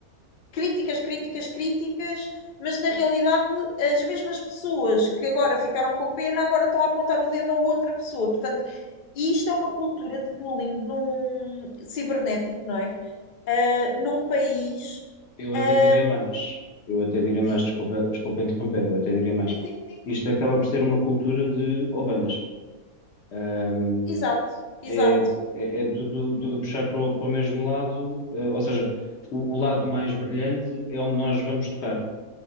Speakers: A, on the left; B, on the left.
A: críticas, críticas, críticas, mas na realidade as mesmas pessoas que agora ficaram com pena agora estão a apontar o dedo a outra pessoa, portanto. E isto é uma cultura de bullying num... cibernético, não é? num país.
B: Eu
A: ah,
B: até diria mais. Eu até diria
A: Diz.
B: mais, desculpa, desculpa
A: Sim,
B: interromper, eu até diria mais.
A: Sim, sim, sim.
B: Isto acaba por ser uma cultura de ovelhas. Ahm,
A: Exato, exato.
B: é, é, é tudo, tudo a puxar para o, para o mesmo lado, eh, ou seja, o, o lado mais brilhante é onde nós vamos tocar.